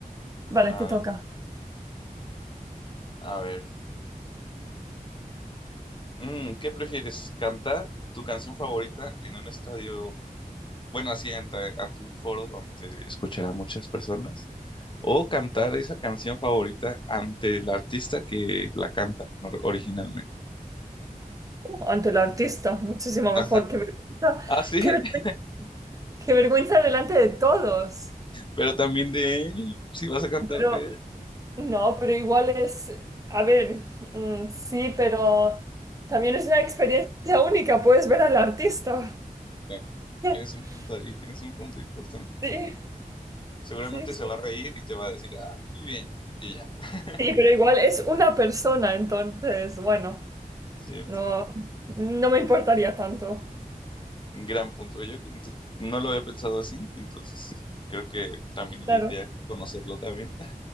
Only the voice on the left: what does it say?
Ah,
a ver, Mm, ¿qué prefieres? ¿Cantar tu canción favorita en un estadio, bueno, así ante, ante un foro donde escucharán muchas personas? ¿O cantar esa canción favorita ante el artista que la canta or- originalmente?
Ajá.
Ah, sí,
<laughs>
pero también de él, si vas a cantar
de él.
Bueno,
tienes un punto ahí, tienes un punto importante.
Seguramente
se va
a reír y te va a decir, ah, muy bien, y ya. <laughs>
Cierto.
Gran punto. Yo ento- no lo había pensado así, entonces creo que también elegiría
conocerlo también.